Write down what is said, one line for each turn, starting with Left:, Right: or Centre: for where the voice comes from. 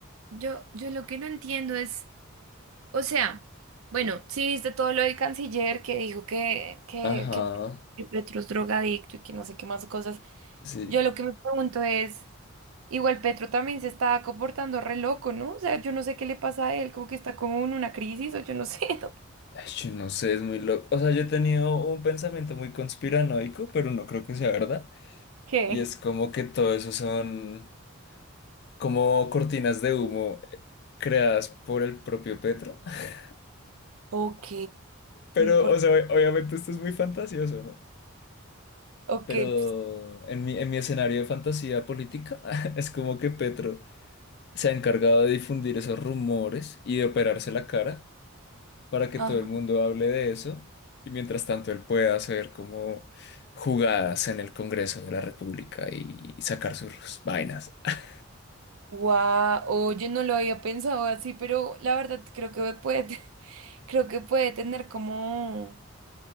Right: Yo, yo lo que no entiendo es, o sea, bueno, sí viste todo lo del canciller que dijo que, que,
Left: Ajá,
Right: que, que Petro es drogadicto y que no sé qué más cosas.
Left: sí,
Right: Yo lo que me pregunto es, igual Petro también se está comportando re loco, ¿no? O sea, yo no sé qué le pasa a él, como que está como en una crisis o yo no sé, <laughs> ¿no?
Left: Ay, yo no sé, es muy loco. O sea, yo he tenido un pensamiento muy conspiranoico, pero no creo que sea verdad.
Right: ¿Qué?
Left: Y es como que todo eso son como cortinas de humo eh, creadas por el propio Petro. <laughs>
Right: Ok,
Left: Pero,
Right: porque,
Left: o sea, obviamente esto es muy fantasioso, ¿no?
Right: ok,
Left: Pero
Right: pues,
Left: en mi, en mi escenario de fantasía política <laughs> es como que Petro se ha encargado de difundir esos rumores y de operarse la cara para que
Right: ah,
Left: todo el mundo hable de eso y mientras tanto él pueda hacer como jugadas en el Congreso de la República y sacar sus vainas. <laughs>
Right: guau, oye, no lo había pensado así, pero la verdad creo que puede, te- <laughs> creo que puede tener como,